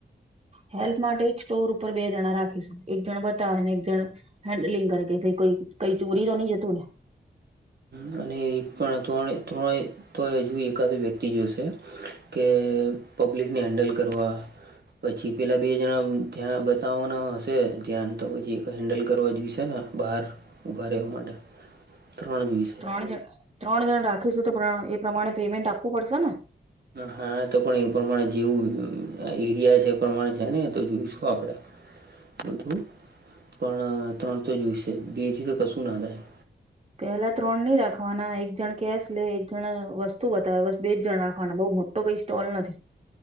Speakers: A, on the right; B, on the right.
A: હેલ્થ માટે એક સ્ટોર ઉપર બે જણા રાખીશું એક જણ બતાવેય ને એક જણ હેન્ડલિંગ કર કે ભ કોઈ કઈ ચોરી તો ન જ તુંને
B: હ અને એક પણ તોણે તોણેય તો એ હજુ એકાદ વ્યક્તિ જોશે કે પબ્લિકને હેન્ડલ કરવા પછી પેલાં બે જણા ધ્યાં બતાવવાના હશે ધ્યાન તો પછી એક હેન્ડલ કરવા જોઈશે ને બહાર ઊભા રહેવા માટે ત્રણવીસ
A: ત્રણ ત્રણ જણ રાખીશું તો એ પ્રમાણે પેમેન્ટ આપવું પડશે ને
B: હા તો પણ એ પ્રમાણે જેવું એરિયા છે એ પ્રમાણે છે ને તો જોઈશું આપણે બધું પણ ત્રણ તો જોઈશે બેજી તો કશું ના થાય
A: પેલા ત્રણ નહી રાખવાના એક જણ કેશ લે એક જણ વસ્તુ બતાવે બસ બે જ જણ રાખવાના બહ મોટા તો કઈ સ્ટોલ નથી